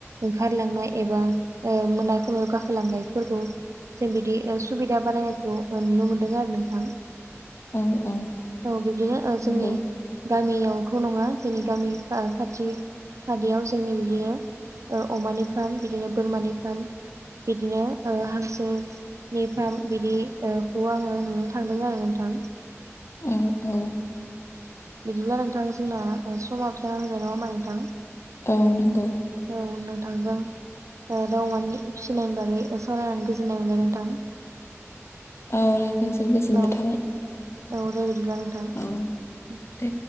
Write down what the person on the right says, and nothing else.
ओंखारलांनाय एबा मोनाफोराव गाखोलांनायफोरखौ जों बिदि सुबिदा बानायनायखौ नुनो मोनदों आरो नोंथां
औ बिब्दिनो
जोंनि गामियावथ' नङा जोंनि गामि खाथि खाथियाव जोंनि बिदिनो अमानि फार्म बिदिनो बोरमानि फार्म बिदिनो हांसोनि फार्म बिदिखौ आङो नुनो थांदों आरो नोंथां थां
बिदिब्ला नोंथां जोंना समाबो जाना फैबाय नङा होमबा नोंथां
औ नोंथांजों दाव अमानि फिसिनायनि बागै सावरायनानै गोजोननाय मोनबाय नोंथां
औ
औ दे बिदिब्ला नोंथां